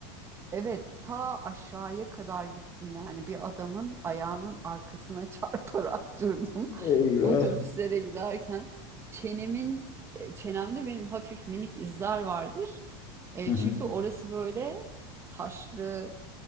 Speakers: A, on the right; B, on the left.
A: Evet, ta aşağıya kadar gittim yani bir adamın ayağının arkasına <laughs> çarparak durdum
B: Eyvah.
A: otobüslere giderken. Çenemin e, çenemde benim hafif minik izler vardır. E,
B: Hı hı.
A: çünkü orası böyle taşlı,